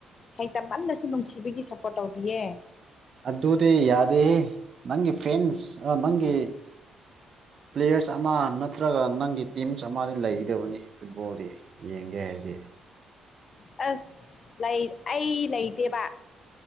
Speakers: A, on the left; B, on the right.
A: ꯍꯩꯇꯃꯟꯗꯁꯨ ꯅꯨꯡꯁꯤꯕꯒꯤ ꯁꯞꯄꯣꯔꯠ ꯇꯧꯕꯤꯌꯦ
B: ꯑꯗꯨꯗꯗꯤ ꯌꯥꯗꯦꯍꯦ ꯅꯪꯒꯤ ꯐꯦꯟꯁ ꯑ ꯅꯪꯒꯤ ꯄ꯭ꯂꯦꯌꯔꯁ ꯑꯃ ꯅꯠꯇ꯭ꯔꯒ ꯅꯪꯒꯤ ꯇꯤꯝꯁ ꯑꯃꯗꯤ ꯂꯩꯒꯗꯕꯅꯤ ꯐꯨꯠꯕꯣꯜꯗꯤ ꯌꯦꯡꯒꯦ ꯍꯥꯏꯗꯤ
A: ꯑꯁ ꯂꯩ ꯑꯩ ꯂꯩꯇꯦꯕ